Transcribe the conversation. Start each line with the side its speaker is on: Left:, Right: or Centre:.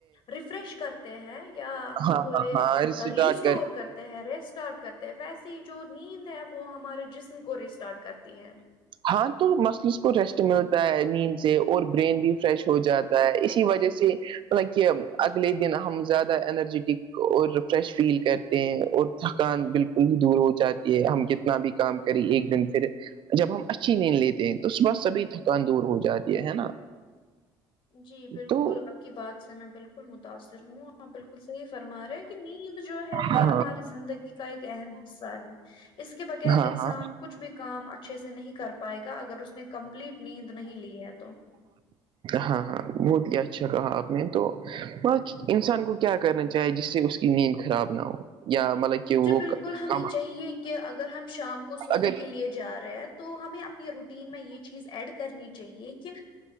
Left: ریفریش کرت ہیں یا ہم
Right: ہاں
Left: بولے
Right: ہاں ہاں اسٹارٹ
Left: ریسٹور کرتے ہیں ریسٹارٹ کرتے ویسے جو نیند ہے وہ ہمارے جسم کو ریسٹارٹ کرتی ہے
Right: ہاں تو مسلز کو ریسٹ ملتا ہے نیند سے اور برین بھی فریش ہو جاتا ہے اسی وجہ سے لائک اگلے دن ہم زیادہ انرجیٹک اور فریش فیل کرتے ہیں اور تھکان بالکل ہی دور ہو جاتی ہے ہم کتنا بھی کام کری ایک دن پھر جب ہم اچھی نیند لیتے ہیں تو صبح سبھی تھکان دور ہو جاتی ہے نا
Left: جی بالکل
Right: تو
Left: آپ کی بات سے میں بالکل متاثر ہوں ہاں بالکل صحیح فرما رہا ہے کہ نیند جو ہے یہ
Right: ہاں
Left: ہماری زندگی کا ایک اہم حصہ ہے اس کے بغیر
Right: ہاں
Left: انسان
Right: ہاں
Left: کچھ بھی کام اچھے سے نہیں کر پائے گا اگر اس نے کمپلیٹ نیند نہیں لی ہے تو
Right: ہاں ہاں بہت ہی اچھا کہا آپ نے تو انسان کو کیا کرنا چاہے جس سے اس کی نیند خراب نہ ہو یا مطلب کہ وہ
Left: جی بالکل ہمیں
Right: کم
Left: چاہیے کہ اگر ہم شام کو سونے
Right: اگر
Left: کے لیے جا رہے ہیں تو ہمیں اپنی رو ٹین یہ چیز ایڈ کرنی چاہے کہ